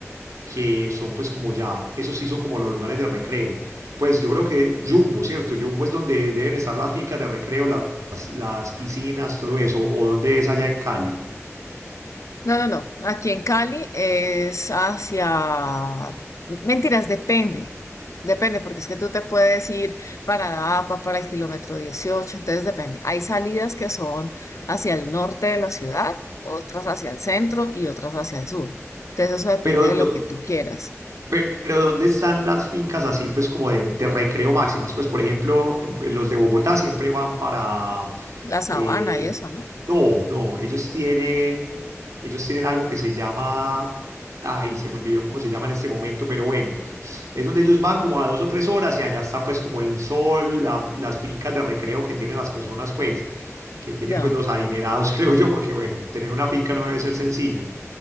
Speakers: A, on the right; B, on the left.
A: que son pues como ya, esos sí son como los lugares de recreo. Pues yo creo que Jumbo, ¿cierto? Jumbo es donde deben estar las fincas de recreo, las, las piscinas, todo eso, o donde es allá en Cali.
B: No, no, no. Aquí en Cali es hacia... Mentiras, depende. Depende, porque es que tú te puedes ir para APA, para el kilómetro 18. entonces depende. Hay salidas que son hacia el norte de la ciudad, otras hacia el centro y otras hacia el sur. Entonces eso depende
A: Pero
B: de lo
A: do-
B: que tú quieras.
A: Pe- Pero ¿dónde están las fincas así, pues como de, de recreo máximas? Pues, por ejemplo, eh, los de Bogotá siempre van para...
B: La sabana
A: eh,
B: y eso, ¿no?
A: no, no, ellos tienen, ellos tienen algo que se llama... Ay, se me olvidó cómo se llama en este momento, pero bueno, es donde ellos van como a dos o tres horas y allá está pues como el sol, la- las fincas de recreo que tienen las personas pues, que tienen
B: Ya.
A: pues los adinerados, <laughs> creo yo, porque bueno, tener una finca no debe ser sencillo,